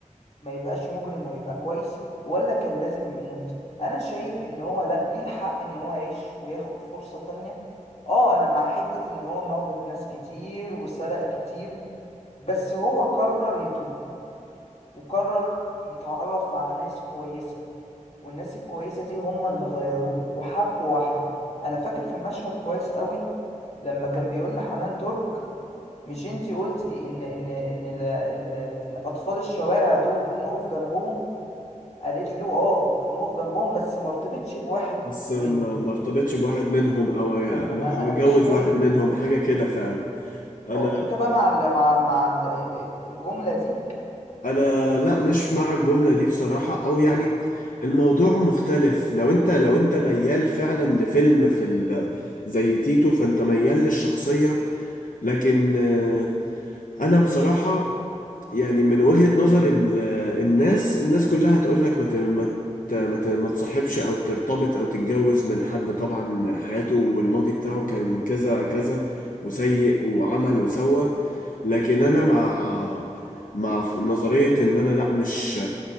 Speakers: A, on the left; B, on the left.
A: ما يبقاش مجرم ويبقى كويس ولا كان لازم يموت انا شايف ان هو لا ليه الحق ان هو يعيش وياخد فرصة تانية اه انا مع حتة ان هو موت ناس كتير وسرق كتير بس هو قرر يتوب وقرر يتعرف على ناس كويسة والناس الكويسة دي هم اللي غيروه وحب واحدة انا فاكر في مشهد كويس قوي لما كان بيقول لحنان ترك مش انتي قلتي ان ان ان ال- ال- الاطفال الشوارع دول نقف جنبهم قالت له اه نقف جنبهم بس ما ارتبطش بواحد
B: بس ما
A: منهم
B: ما ارتبطش بواحد منهم او أو
A: طب ما انا انا
B: اتجوز
A: مش فاهم
B: واحد منهم
A: يعني.
B: حاجه كده فعلا انا
A: اه انت بقى مع ال مع مع ال ال- الجملة دي
B: انا لا مش مع الجمله دي بصراحه او يعني الموضوع مختلف لو انت لو انت ميال فعلا لفيلم في ال... زي تيتو فانت ميال للشخصيه لكن آه، انا بصراحه يعني من وجهة نظر ال- الناس الناس كلها هتقول لك ما ت- ما ت- ما ت- ما تصاحبش او ترتبط او تتجوز من حد طبعا حياته والماضي بتاعه كان كذا كذا وسيء وعمل وسوى لكن انا مع مع نظرية ان انا لا مش